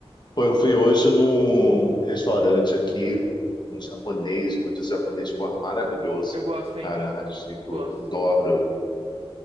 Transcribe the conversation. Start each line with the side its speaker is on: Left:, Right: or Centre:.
Left: Pô, eu fui hoje num restaurante aqui, um japonês, vou dizer japonês, porra, maravilhoso.
Right: Eu gosto, hein?
Left: Cara, Hachiko,
Right: Gosto.
Left: adoro,